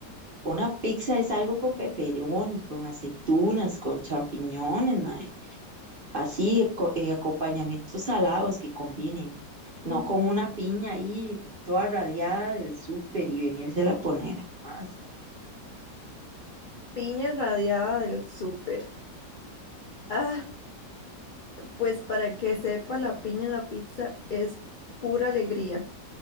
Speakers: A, on the right; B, on the left.
A: Una pizza es algo con pepperoni, con aceitunas, con champiñones, mae. Así, eco- eh, acompañamientos salados que combinen. No
B: Mm.
A: con una piña ahí toda radiada del súper y venírsela a poner jamás.
B: Piña radiada del súper. <laughs> Ah, pues para que sepa, la piña en la pizza es pura alegría.